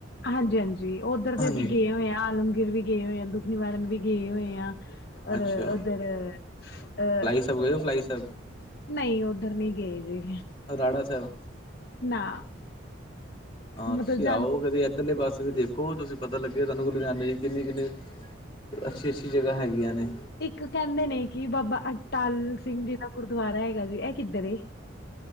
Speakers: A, on the left; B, on the left.
A: ਹਾਂਜੀ-ਹਾਂਜੀ ਉੱਧਰ ਤੇ
B: ਹਾਂਜੀ
A: ਅਸੀਂ ਗਏ ਹਾਂ। ਹੋਏ ਆ ਆਲਮਗਰ ਵੀ ਗਏ ਹੋਏ ਆ, ਦੁਖ ਨਿਵਾਰਨ ਵੀ ਗਏ ਹੋਏ ਆ। ਅ
B: ਅੱਛਾ
A: ਉਹਦੇਰੇ ਅ
B: ਫਲਾਈ ਸਾਹਿਬ ਗਏ ਹੋ ਫਲਾਈ ਸਾਹਿਬ
A: ਨਹੀਂ ਉੱਧਰ ਨਹੀਂ ਗਏ ਜੇ।
B: ਰਾੜਾ ਸਾਹਿਬ
A: ਨਾ।
B: ਹਾਂ, ਤੁਸੀਂ
A: ਮਤਲਬ ਜਾਂ
B: ਆਓ ਕਦੇ ਇੱਧਰਲੇ ਪਾਸੇ। ਵੀ ਦੇਖੋ ਤੁਸੀਂ ਪਤਾ ਲੱਗੇਿਆ। ਤੁਹਾਨੂੰ ਕੋਲ ਜਾਂਦੇ ਕਿੰਨਨੀ ਕਿੰਨਨੀ ਅੱਛੀ-ਅੱਛੀ ਜਗ੍ਹਾ ਹੈਗੀਆਂ ਨੇ।
A: ਇੱਕ ਕਹਿੰਦੇ ਨੇ ਕਿ ਬਾਬਾ ਅਟਾਲ ਸਿੰਘ ਜੀ ਦਾ ਗੁਰਦੁਆਰਾ ਹੈਗਾ ਜੀ ਇਹ ਕਿੱਧਰ ਏ?